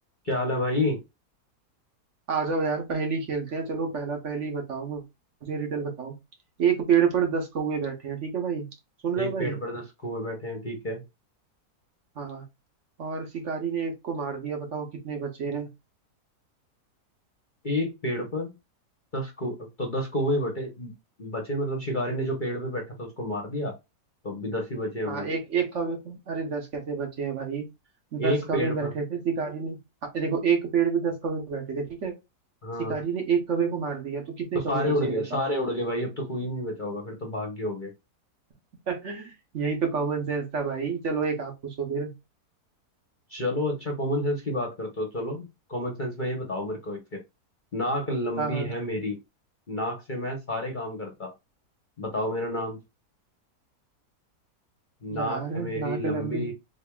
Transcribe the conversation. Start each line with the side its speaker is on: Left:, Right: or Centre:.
Left: क्या हाल है भाई
Right: आ जाओ यार पहेली खेलते हैं चलो पहला पहेली बताओ मुझे रिडल बताओ एक पेड़ पर दस कौवे बैठे हैं ठीक है भाई सुन रहे
Left: एक
Right: हो भाई
Left: पेड़ पर दस कौवे बैठे हैं ठीक है
Right: हाँ और शिकारी ने एक को मार दिया बताओ कितने बचे हैं
Left: एक पेड़ पर दस को तो दस कौवे ही बटे बचे मतलब शिकारी ने जो पेड़ पे बैठा था उसको मार दिया तो अब भी दस ही बचे हैं
Right: हाँ
Left: भाई
Right: एक एक कौवे को अरे दस कैसे बचे हैं भाई दस
Left: एक
Right: कौवे
Left: पेड़
Right: बैठे
Left: पर
Right: थे शिकारी ने हाँ, देखो एक पेड़ पे दस कौवे बैठे थे ठीक है
Left: हाँ
Right: शिकारी ने एक कौवे को मार दिया तो कितने
Left: तो सारे
Right: कौवे बचे
Left: उड़ गए
Right: हैं बताओ
Left: सारे उड़ गए भाई अब तो कोई नहीं बचा होगा फिर तो भाग गए होंगे
Right: <laughs> यही तो कॉमन सेंस था भाई चलो एक आप पूछो फिर
Left: चलो अच्छा कॉमन सेंस की बात करते हो चलो कॉमन सेंस में ये बताओ मेरे को एक फिर नाक लंबी
Right: हाँ हाँ
Left: है मेरी नाक से मैं सारे काम करता बताओ मेरा नाम नाक
Right: यार
Left: है मेरी
Right: नाक
Left: लंबी
Right: लंबी